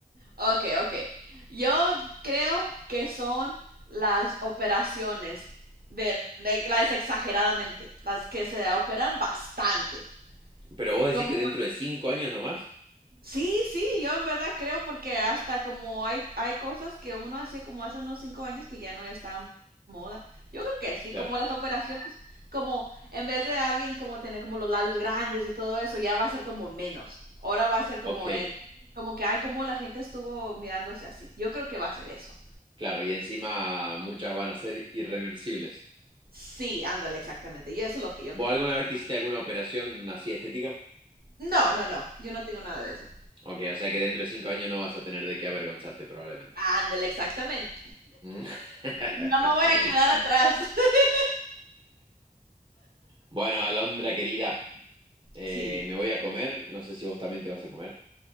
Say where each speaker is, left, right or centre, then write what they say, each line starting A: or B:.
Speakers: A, on the right; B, on the right.
A: Ok, ok. Yo creo que son las operaciones de, de- las exageradamente, las que se operan bastante.
B: Pero vos decís
A: Como
B: que dentro de cinco años nomás,
A: Sí, sí, yo en verdad creo porque hasta como hay, hay cosas que uno hacía como hace unos cinco años que ya no están moda. Yo creo que sí,
B: claro,
A: como las operaciones, como en vez de alguien como tener como los labios grandes y todo eso, ya va a ser como menos. Ahora va a ser como
B: ok,
A: en, como que, hay como la gente estuvo mirándose así. Yo creo que va a ser eso.
B: claro, y encima muchas van a ser irreversibles.
A: Sí, ándale, exactamente. Yo eso es lo que yo
B: ¿Vos
A: creo.
B: alguna vez te hiciste alguna operación así estética?
A: No, no, no, yo no tengo nada de eso.
B: Ok, o sea que dentro de cinco años no vas a tener de qué avergonzarte probablemente.
A: Ándale, exactamente.
B: Mm. <laughs>
A: No me voy a quedar atrás. <laughs>
B: Bueno, Alondra querida, eh,
A: Sí.
B: me voy a comer. No sé si vos también te vas a comer.